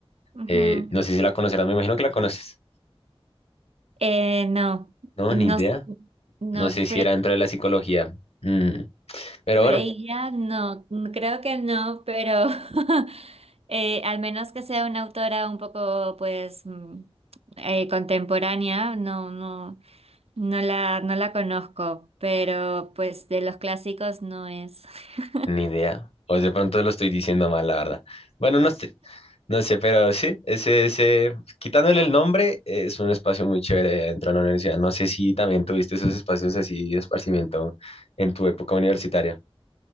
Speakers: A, on the right; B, on the left.
A: Ujú.
B: Eh, no sé si la conocerás, me imagino que la conoces.
A: Eh, no,
B: No,
A: no,
B: ni idea.
A: no,
B: No sé
A: Fre-
B: si era dentro de la psicología. Mm, pero
A: Freya,
B: bueno,
A: no, creo que no, pero <laughs> Eh, al menos que sea una autora un poco, pues, mm, eh, contemporánea, no, no, no la, no la conozco, pero pues de los clásicos no es. <laughs>
B: ni idea. O de pronto lo estoy diciendo mal, la verdad. Bueno, no sé, No sé, pero sí, ese, ese, quitándole el nombre, es un espacio muy chévere dentro de la universidad. No sé si también tuviste esos espacios así de esparcimiento en tu época universitaria.